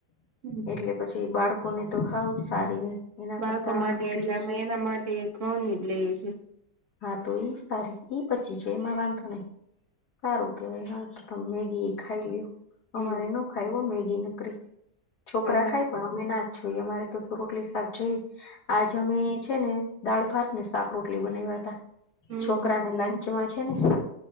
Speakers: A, on the right (about 50°); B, on the left (about 70°).
A: હમ
B: એટલે પછી બાળકોને તો હાવ સારી નહી એના
A: બાળકો
B: કરતા
A: માટે
B: રોટલી
A: અમે એના માટે ઘવનીજ લઈએ છીએ
B: હા તો ઈ સારી ઈ પચી જાઈ એમાં વાંધો નહી સારું કેવાય હા તો ત મેગી એ ખાઈ લ્યો
A: હમ
B: અમારે ન ખાયો મેગી નકરી છોકરા
A: અમારે
B: ખાય પણ અમે ના જ જોઈએ અમારેતો સુ રોટલી શાક જોઈએ આજ અમે છે ને દાળ ભાતને શાક રોટલી બનાવ્યા હતા
A: હમ
B: છોકરાને લંચ મા છેને